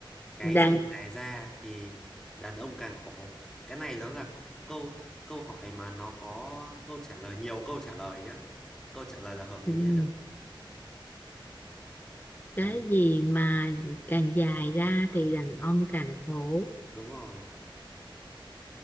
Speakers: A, in the centre; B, on the left.
A: cái
B: đàn
A: gì dài ra thì đàn ông càng khổ cái này nó là câu câu hỏi mà nó có câu trả lời nhiều câu trả lời nhá câu trả lời là hợp lý
B: ừ,
A: là được đấy
B: cái gì mà càng dài ra thì đàn ông càng khổ
A: đúng rồi